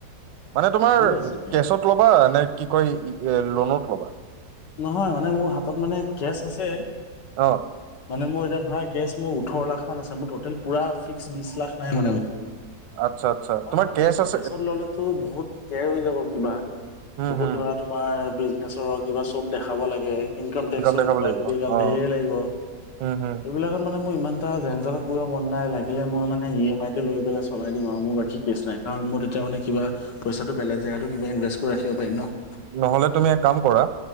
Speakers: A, on the right; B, on the left.
A: মানে তোমাৰ
B: ভালে আছিলে
A: কেচত ল'বানে, কি কয় লোনত ল'বা?
B: নহয় মানে মোৰ হাতত মানে কেচ আছে।
A: অ',
B: মানে মোৰ এতিয়া ধৰা কেছ মোৰ ওঠৰ লাখ মান আছে মোৰ টেল পুৰা ফিক্স বিশ লাখ নাই মানে মোৰতাত।
A: আচ্ছা আচ্ছা।
B: মই
A: তোমাৰ
B: ভাবি
A: কেচ
B: আছোঁ
A: আছে
B: কেছত ললেতো বহুত কেয়ৰ হৈ যাব কিবা
A: উম
B: বহুত
A: হম
B: ধৰা তোমাৰ বিজনেচৰ কিবা চব দেখাব লাগে ইনকাম টেক্সৰ
A: দেখাব
B: কিবা
A: লাগিব
B: কিবি এগাল
A: অ
B: ধেৰ লাগিব
A: উম হম
B: এইবিলাক মানে মোৰ ইমান এটা জেঞজালত পোৰ মন নাই লাগিলে মই মানে ই এম আইটে লৈ পেলাই চলাই দিম আৰু মোৰ বাকী কেছ নাই কাৰণ মই তেতিয়া মানে কিবা পইচাটো বেলেগ জেগাটো কিবা ইনভেষ্ট কৰি ৰাখিব পাৰিম ন'।
A: নহলে তুমি এক কাম কৰা